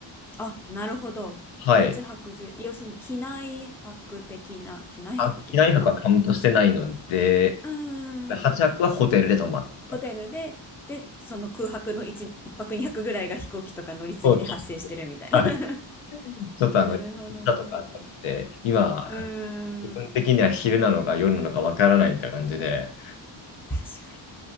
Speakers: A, in the centre; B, on the left (about 85°).
A: あ、なるほど。
B: はい。
A: 8泊1要するに機内泊的な、機内泊っていうのかな
B: あ、機内泊はカウントしてないので、
A: うー
B: 8泊はくはホテルで泊まった。
A: ん。ホテルで、で、その空白の1、一泊2泊ぐらいが飛行機とか乗り継ぎで発生してるみたいな。
B: そうですね。はい。
A: <laughs>
B: ちょっとあの、
A: なるほど、なるほど。
B: だとかあったりして、今、
A: うーん。
B: 自分的には昼なのか夜なのかわからないって感じで、
A: 確かに。